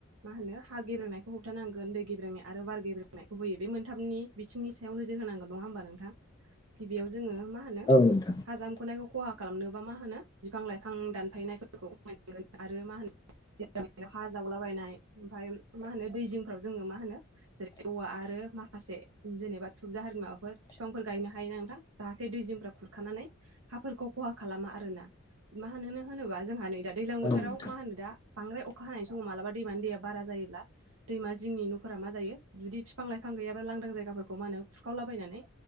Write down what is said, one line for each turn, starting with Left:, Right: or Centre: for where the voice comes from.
Right: मा होनो हा गेबेंनायखौ होबथानांगोन दै गेबेंनाय आरो बार गेब्रेनाय गुबैयै बे मोनथामनि बिथिंनि सायाव नोजोर होनांगौ नङा होमबा नोंथां? गिबियाव जोङो मा होनो
Left: औ नोंथां
Right: हाजामखनायखौ खहा खालामनोबा मा होनो बिफां लाइ फां दानफायनायफोरखौ खमायनांगोन आरो मा होनो जेर हा जावलाबायनाय ओमफफ्राय मा होनो दै जिंफ्राव जोङो मा होनो जेरै औवा आरो माखासे जेनेबा थुबजाहारमाव फोर बिफांफोर गायनो हायो नांथां जाहाथे दै जिमफ्रा खुरखानानै हाफोरखौ खहा खालामा आर ना। मा होनोनो होनोबा जोंहा नै दा दैज्लां बोथोराव
Left: औ नोंथां
Right: मा होनो दा बां्राय अखा हानाय समाव मालाबा दैमानि दैया बारा जायोब्ला दैमा जिोंनि न'फोरा मा जायो जुदि बिफां लाइफां बिफां गैयाब्रा लांदां जायगाफोरखौ मा होनो खुखावलाबायनानै